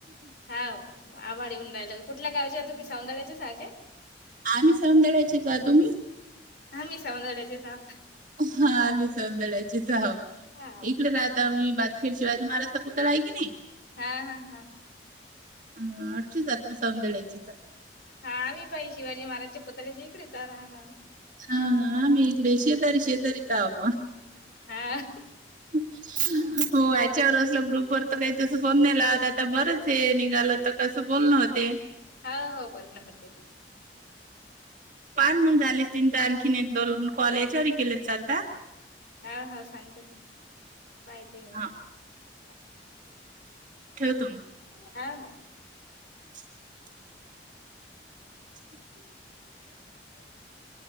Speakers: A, on the left; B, on the right.
A: हाव आभाडी येऊन राहिलं. कुठल्या गावाच्या तुम्ही सावंदळ्याचेच हाय काय.
B: आम्ही सौंदळ्याचे का तुम्ही?
A: हा मी सौंदड्याचे आहोत.
B: हा आम्ही सौंदड्याचेच आहोत.
A: हा
B: इकडे राहता मी, ब खिर शिवाजी महाराजाचा पुतळा आहे कणी,
A: हा हा हा.
B: हम. अख्खी सौंधळ्याचीच आहे.
A: हा आम्ही पहि शिवाजी महाराजच्या पुतळ्याच्या इकडेच राहणार.
B: हा हा आम्ही इकडे शेजारी शेजारीच अहो आपण.
A: हा
B: हो. ह्यांच्यावर असल्या ग्रुप वर आता त्या... तसं फोन नाही लावता, आता बरंच आहे, निघालं तर कसं बोलणं व्हतं ते.
A: हा, हो बोलणं होते.
B: पान मग झालीस तीन तर आणखीन एक धरुन कॉल याच्यावर केले चालता?
A: हा, हा, सांगते ना, पाहिते मी मग
B: हा
A: हा
B: ठेवतो मग
A: हा
B: <inaudible> <inaudible>
A: <inaudible>